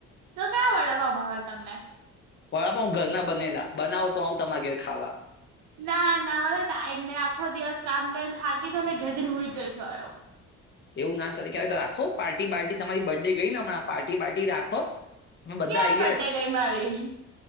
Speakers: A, on the right (about 80°); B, on the left (about 40°).
A: તો કયા વાડાપાવ ભાવે તમને
B: વડાપાવ ઘરના બનેલા બનાવો તો આવુ તમારે ઘેરે ખાવા
A: ના ના મારો ટાઈમ નય આખો દિવસ કામ કરીને થાકી જયને ઘર જઈને સૂઈ જાવ
B: એવું ના ચાલે ક્યારેક રાખો પાર્ટી બાર્ટી તમારી બર્ડે ગઈ ને હમણાં પાર્ટી બાર્ટી રાખો અમે બધા
A: ક્યારે
B: આઈએ
A: બર્થડે ગઈ મારી